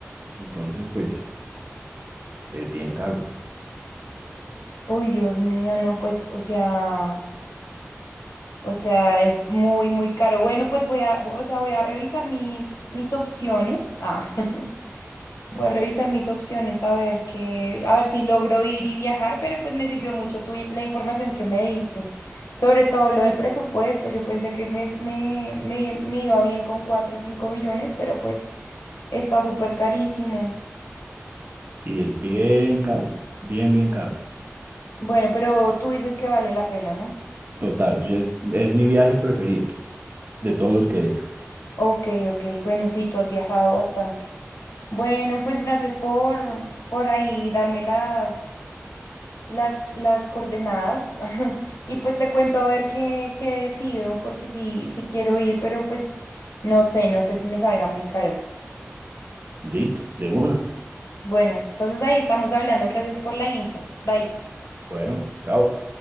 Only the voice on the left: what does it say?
Uy, Dios mío, no, pues, o sea, o sea, es muy, muy caro. Bueno, pues voy a, o sea, voy a revisar mis, mis opciones. Ah. <laughs> Voy a revisar mis opciones a ver qué, a ver si logro ir y viajar, pero pues me sirvió mucho tu, la información que me diste, sobre todo lo del presupuesto. Yo pensé que me, me, me, me iba bien con 4 o 5 millones, pero pues está súper carísimo.
Bueno, pero tú dices que vale la pena, ¿no?
Ok, ok. Bueno, sí, tú has viajado bastante. Bueno, pues gracias por, por ahí darme las, las, las coordenadas <laughs> y pues te cuento a ver qué, qué decido, porque sí, sí quiero ir, pero pues no sé, no sé si me salga muy caro.
Bueno, entonces ahí estamos hablando. Gracias por la info. Bye.